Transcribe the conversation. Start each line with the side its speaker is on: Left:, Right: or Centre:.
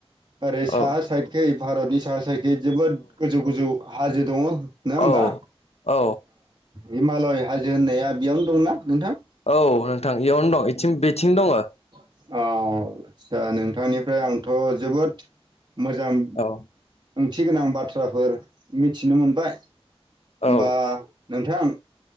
Right: ओरै साहा
Left: औ
Right: साइतखै भारतनि साहा साइ जोबोद गोजौ गोजौ हाजो दंङ नंङा होमबा
Left: औ औ
Right: हिमालय हाजो होननाया बेयावनो दंना नोंथां
Left: औ नोंथां इयावनो दंथिं बेथिं दंङो
Right: औ आदसा नोंथांनिफ्राय आंथ' जोबोद मोजां
Left: औ
Right: ओंथि गोनां बाथ्राफोर मिथिनो मोनबाय होमबा
Left: औ
Right: नोंथां